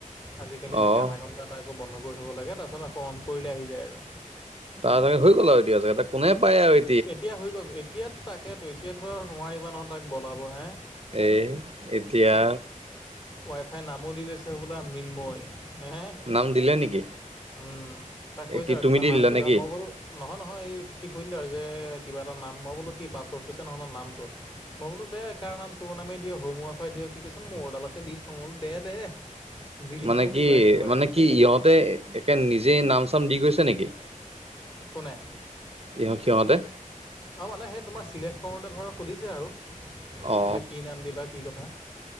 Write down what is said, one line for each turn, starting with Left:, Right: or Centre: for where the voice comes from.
Left: আজিকালি এনেকে
Right: অ'
Left: আধা ঘণ্টা এটা আকৌ বন্ধ কৰি থ'ব লাগে তাৰপাছত আকৌ অন কৰিলে আহি যায় আৰু।
Right: তাৰ চাগে হৈ গ'ল আৰু এতিয়া চাগে ত কোনে পায় আৰু।
Left: এতিয়া হৈ গ'ল এতিয়াতো তাকেতো এতিয়াাতো আৰু নোৱাৰিবা নহয় তাক বলাব হে।
Right: এ এতিয়া
Left: ৱাইফাইৰ নামো দি লৈছে বোলা মৃন্ময় হে হে
Right: নাম দিলে নেকি
Left: উম, তাক কৈছ
Right: কি
Left: আৰু
Right: তুমি
Left: কিবা
Right: দি
Left: নাম
Right: দিলা
Left: দিবা
Right: নেকি
Left: মই বোলো নহয়, নহয় এই শিশল্য আৰু যে কিবা এটা নাম মই বোলো কি পাছৱৰ্ড কৈছোঁ নহ ন নামটো মই বোলো দে কাৰ নাম তোৰ নামে দিয় হোমৱ্ফাই দিয় কি কৈছ মোৰ দালকে দি থো দে দে জিলিকি
Right: মানে
Left: থাকিব
Right: কি
Left: একেবাৰে
Right: মানে কি ইহঁতে একে নিজে নাম চাম দি গৈছে নেকি?
Left: একো নাই
Right: ইহ সিহঁতে
Left: অ', মানে সেই তোমাৰ চিলেক্ট কৰোঁতে ধৰক সুধিছে আৰু।
Right: অ
Left: যে কি নাম দিবা কি কথা।